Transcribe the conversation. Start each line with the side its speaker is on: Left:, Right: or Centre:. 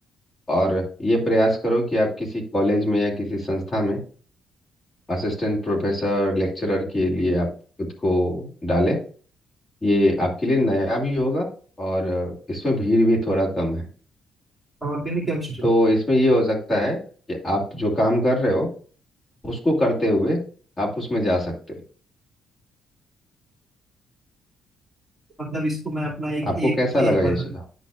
Left: और ये प्रयास करो कि आप किसी कॉलेज में या किसी संस्था में असिस्टेंट प्रोफेसर लेक्चरर के लिए आप खुद को डालें ये आपके लिए नया भी होगा और इसमें भीड़ भी थोड़ा कम है
Centre: Organic chemistry
Left: तो इसमें ये हो सकता है कि आप जो काम कर रहे हो उसको करते हुए आप उसमें जा सकते हो
Centre: मतलब इसको मैं अपना एक
Left: आपको
Centre: एम
Left: कैसा लगा
Centre: एम
Left: ये
Centre: बना
Left: सुझाव